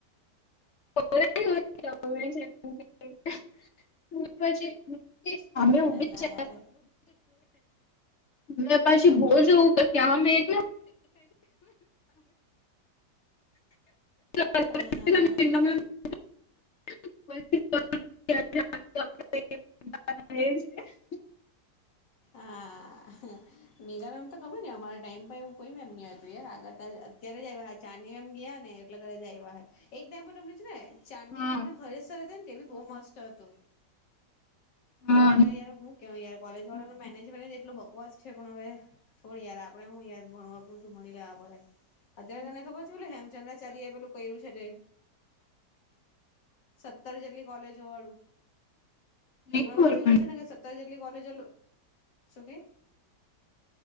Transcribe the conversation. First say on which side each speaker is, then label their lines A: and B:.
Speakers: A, on the left (about 60°); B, on the left (about 80°).
A: છ <unintelligible> સામે ઉભી
B: ના
A: છે.
B: આવે
A: મેં પછી બોલ જવું <unintelligible> કેયા એક <unintelligible>
B: હા
A: <unintelligible>
B: આ હા- મેગા મેમ તો ખબર અમારા ટાઈમ એવું કોઈ મેમ ન હતું યાર આગળ અત્યારે જ- ચાંદ એમ ગયા ને એટલે કર એવા હ એક ટાઈમ તમને છે ને ચાંદની
A: હા
B: મેમને હરેશ હતા ને એ બી બહુ મસ્ત હતો-
A: હા
B: પણ હવે યાર હું કરવુ યાર કોલેજ વાળા ન મેનેજમેન્ટ એટલું બકવાસ છે. પણ હવે છોડ યાર આપડે હું યાર ભણવા- હુ મળી લે પડે અત્યારે તને ખબર છેલે હેમચંદ્રાચાર્ય એ પેલું કર્યું છે તે? સત્તર જેટલી કોલેજો વાળું-
A: નહી
B: એમાં
A: ખબર
B: એવું થયેલું
A: પણ
B: છે ને કે સત્તર જેટલી કોલેજ શું કે-